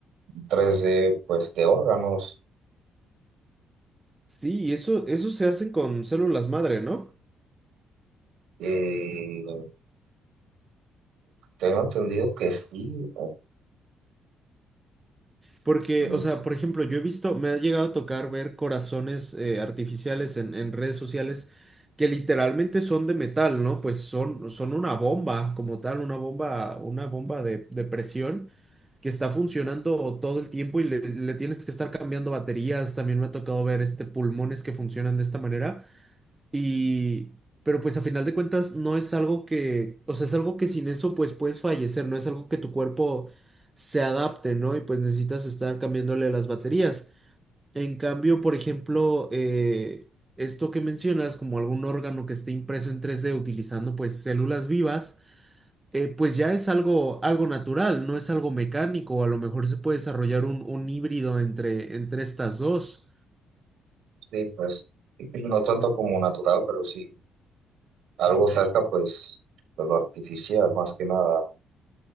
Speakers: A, on the right; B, on the right.
A: 3D pues de órganos.
B: Sí, y eso, eso se hacen con células madre, ¿no?
A: Eh, tengo entendido que sí,
B: Porque,
A: Mm,
B: o sea, por ejemplo, yo he visto, me ha llegado a tocar ver corazones eh, artificiales en, en redes sociales que literalmente son de metal, ¿no? Pues son, son una bomba como tal, una bomba, una bomba de, de presión que está funcionando todo el tiempo y le, le tienes que estar cambiando baterías. También me ha tocado ver este pulmones que funcionan de esta manera. Y, pero pues a final de cuentas no es algo que, o sea, es algo que sin eso pues puedes fallecer, no es algo que tu cuerpo se adapte, ¿no? Y pues necesitas estar cambiándole las baterías. En cambio, por ejemplo, eh, esto que mencionas, como algún órgano que esté impreso en tres d utilizando pues células vivas, eh, pues ya es algo, algo natural, no es algo mecánico, a lo mejor se puede desarrollar un, un híbrido entre, entre estas dos.
A: Sí, pues no tanto como natural, pero sí algo cerca, pues, de lo artificial, más que nada.